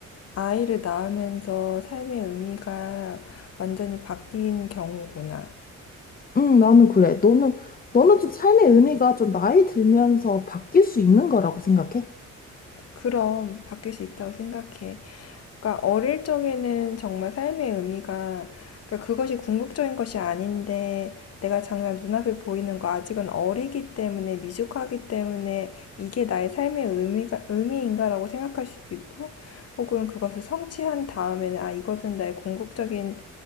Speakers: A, on the left; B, on the left.
A: 아이를 낳으면서 삶의 의미가 완전히 바뀐 경우구나.
B: 응, 나는 그래. 너는, 너는 좀 삶의 의미가 좀 나이 들면서 바뀔 수 있는 거라고 생각해?
A: 그럼 바뀔 수 있다고 생각해. 그러니까 어릴 적에는 정말 삶의 의미가 그러니까 그것이 궁극적인 것이 아닌데 내가 당장 눈앞에 보이는 거 아직은 어리기 때문에 미숙하기 때문에 이게 나의 삶의 의미가 의미인가라고 생각할 수도 있고 혹은 그것을 성취한 다음에는 아 이것은 나의 궁극적인